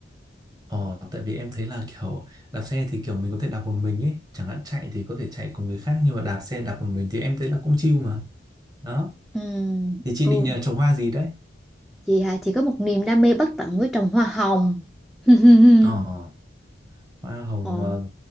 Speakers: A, on the right; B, in the centre.
A: ờ, tại vì em thấy là kiểu đạp xe thì kiểu mình có thể đạp một mình ấy, chẳng hạn chạy thì có thể chạy cùng người khác nhưng mà đạp xe đạp một mình thì em thấy là cũng chill mà. Đó,
B: Ừm,
A: thì chị
B: ừ,
A: định ờ, trồng hoa gì đấy?
B: chị hả? Chị có một niềm đam mê bất tận với trồng hoa hồng. <laughs>
A: Ờ. Hoa hồng
B: Ồ.
A: ờ,